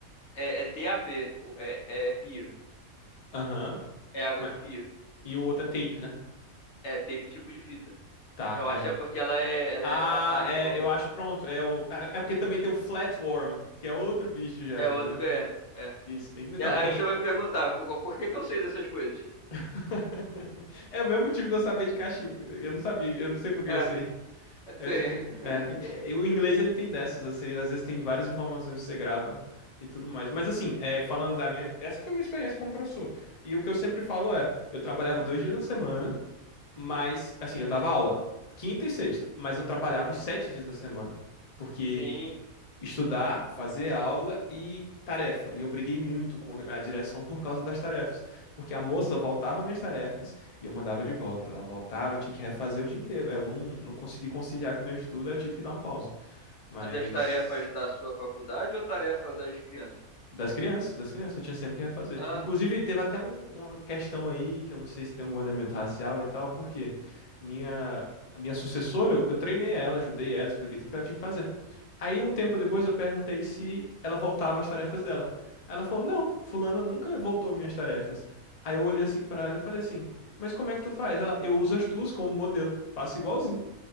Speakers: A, on the left (about 55°); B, on the left (about 35°).
A: é, é TAP, o- é, é pia.
B: Aham.
A: É água
B: Mas...
A: de pia.
B: E o outro é tape, né?
A: É tape tipo de fita.
B: Tá,
A: Eu
B: é.
A: acho que é porque ela é, ela
B: Ah,
A: é achatada
B: é,
A: e longa.
B: eu acho pronto. É, o, é é porque também tem o Flatworm, que é outro bicho já,
A: É outro
B: entendeu?
A: verme. É.
B: Isso. Então,
A: E Aí
B: tem.
A: você vai me perguntar, por, por que que eu sei dessas coisas?
B: <laughs> É o mesmo motivo de eu saber de cachorro. Eu não sabia, eu não sei por que
A: É,
B: que eu sei. É
A: sim.
B: o tipo de.
A: <laughs>
B: é, é, é, o inglês ele tem dessas, assim, às vezes tem várias informações que você grava e tudo mais. Mas assim, é, falando da minha. Essa foi a minha experiência como professor. E o que eu sempre falo é: eu trabalhava dois dias na semana, mas. Assim, eu dava aula quinta e sexta, mas eu trabalhava os sete dias da semana. Porque
A: Sim.
B: estudar, fazer aula e tarefa. E eu briguei muito com a direção por causa das tarefas, porque a moça voltava minhas tarefas e eu mandava de volta. Ela voltava, eu tinha que refazer o dia inteiro. Aí Eu não, não consegui conciliar com o meu estudo, aí eu tive que dar uma pausa. Mas
A: As das tarefas da sua faculdade ou tarefa das crianças?
B: das crianças, das crianças, eu tinha sempre que refazer.
A: Ah,
B: Inclusive, teve até um- uma questão aí, que eu não sei se tem algum elemento racial e tal, porque minha, a minha sucessora, eu, eu treinei ela, ajudei ela, expliquei tudo que ela tinha que fazer. Aí, um tempo depois, eu perguntei se ela voltava às tarefas dela. Ela falou, não, fulana nunca voltou minhas tarefas. Aí eu olhei assim pra ela e falei assim, mas como é que tu faz? Ela, eu uso as tuas como modelo, faço igualzinho.